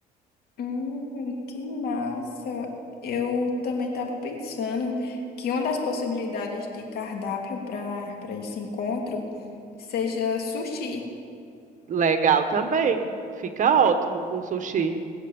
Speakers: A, on the left; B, on the right.
A: Hum, que massa. Eu também estava pensando que uma das possibilidades de cardápio para para esse encontro seja sushi.
B: Legal também. Fica ótimo com sushi.